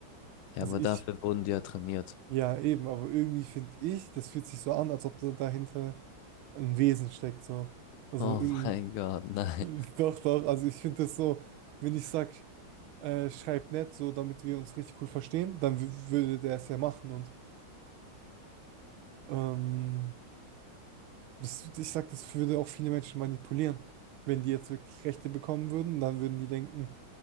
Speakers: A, on the left; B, on the right.
A: Ja,
B: Also
A: aber
B: ich,
A: dafür wurden die ja trainiert.
B: ja eben, aber irgendwie finde ich, das fühlt sich so an, als ob da dahinter ein Wesen steckt, so. Also
A: Oh
B: irgendwie,
A: mein Gott, <laughs> nein.
B: <laughs> doch, doch, also ich finde das so, wenn ich sag, äh, schreib nett, so damit wir uns richtig cool verstehen, dann w- würde der es ja machen und, ähm, Das, ich sag, das würde auch viele Menschen manipulieren. Wenn die jetzt wirklich Rechte bekommen würden, dann würden die denken,